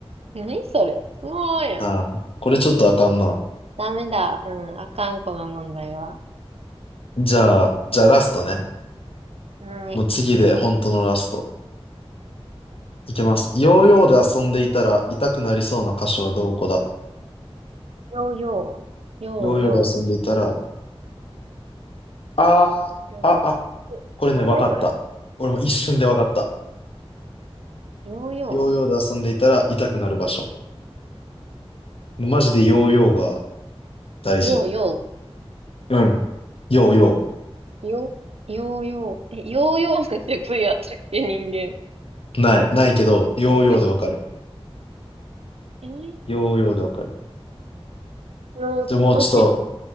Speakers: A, on the right (about 75°); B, on the left (about 65°).
A: 何それそのままやん。
B: ああ、これちょっとあかんな。
A: ダメだ。うん。あかん、この問題は。
B: じゃあ、じゃあラストね。
A: うん。
B: もう次で本当のラスト。
A: よ
B: いきます。ヨーヨーで遊んでいたら痛くなりそうな箇所はどこだ
A: ーようようよう
B: ヨーヨーで遊んでいたら、あー、
A: よ
B: あ、あ、
A: よ早くない
B: これね、わかった。俺も一瞬でわかった。
A: ヨーヨ
B: ヨーヨーで遊んでいたら痛くなる場所。もうマジでヨーヨーが大事。
A: ー、ヨーヨ
B: うん。ヨーヨ
A: ー、ヨ、ヨーヨー、え、ヨーヨーなんて部位あったっけ、人間。
B: ー。ない、ないけど、ヨーヨーでわかる。
A: <laughs> え
B: ヨーヨーでわかる。
A: の、
B: じゃあもうちょっ
A: 腰、ん